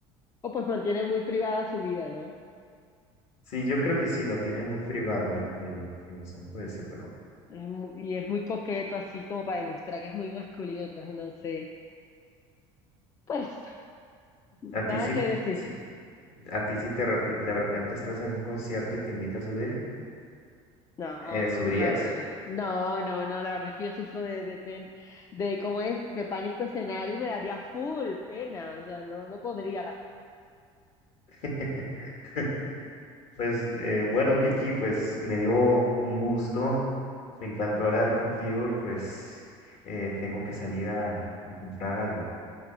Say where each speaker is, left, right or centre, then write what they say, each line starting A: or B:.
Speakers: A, on the left; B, on the left.
A: O pues mantiene muy privada su vida, ¿no?
B: Sí, yo creo que sí, lo tiene muy privado el, el- el asunto ese, pero
A: Entonces, mu- y es muy coqueto así como para demostrar que es muy masculino, entonces no sé. Pues
B: a
A: nada
B: ti sí,
A: que decir.
B: sí- a ti sí te rep- de repente estás en un concierto y te invita a subir,
A: No,
B: eh,
A: no,
B: ¿subirías?
A: la verdad, no, no, no, no, la verdad es que yo sufro de, de pen, de cómo es, de pánico escenario y me daría full pena, o sea, no, no podría, la verdad.
B: <laughs> Pues eh, bueno, Vicky, pues me dio un gusto, me encantó hablar contigo y pues eh, tengo que salir a a comprar algo.